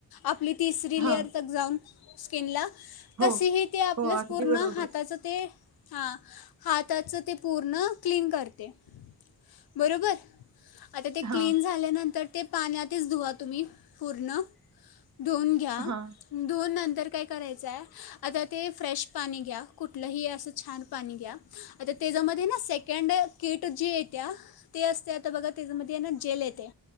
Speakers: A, on the left (about 75°); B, on the right (about 45°).
A: आपली तिसरी
B: हां.
A: लेअर तकं जाऊन. स्किनला
B: हो,
A: तशीही ते आपल्या
B: हो. अगदी
A: पूर्ण
B: बरोबर.
A: हाताच ते हा हाताचं ते पूर्ण क्लीन करते. बरोबर आता ते
B: हां,
A: क्लीन झाल्यानंतर ते पाण्यातच धुवा तुम्ही पूर्ण धुऊन घ्या.
B: हां.
A: धुवून नंतर काय करायचय. आता ते फ्रेश पाणी घ्या. कुठलंही असं छान पाणी घ्या. आता त्याजामध्ये ना सेकंड कीट जी येत्या ते असतयं आता बघा त्याजामध्ये ना जेल येते.